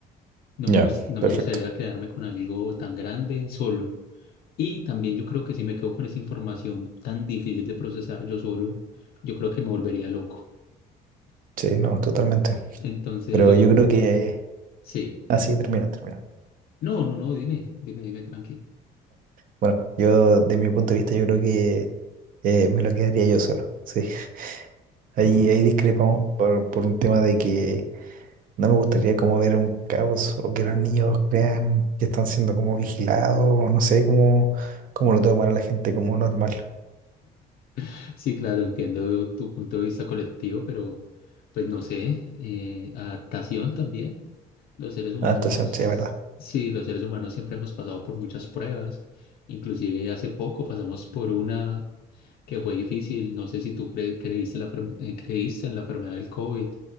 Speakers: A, on the left; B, on the right.
A: No me
B: Ya,
A: gus- no
B: perfecto.
A: me gustaría quedarme con algo tan grande solo. Y también yo creo que si me quedo con esa información tan difícil de procesar yo solo, yo creo que me volvería loco.
B: Sí, no, totalmente.
A: Entonces
B: Pero
A: yo,
B: yo creo que
A: sí.
B: así termina, termina.
A: No, no, no, dime, dime, dime, tranqui.
B: Bueno, yo de mi punto de vista yo creo que eh, me lo quedaría yo solo. Sí, <laughs> ahí,
A: Ah,
B: ahí discrepamos por, por un tema de que no me gustaría como ver un caos o que los niños crean que están siendo como vigilados, o no sé cómo, cómo lo tomará la gente como normal.
A: <laughs> sí, claro, entiendo tu punto de vista colectivo, pero pues no sé, eh, adaptación también. Los seres humanos,
B: Adaptación, sí, es verdad.
A: sí, los seres humanos siempre hemos pasado por muchas pruebas. Inclusive hace poco pasamos por una que fue difícil. No sé si tú cre- creíste, la fer- eh, creíste en la enfermedad del COVID.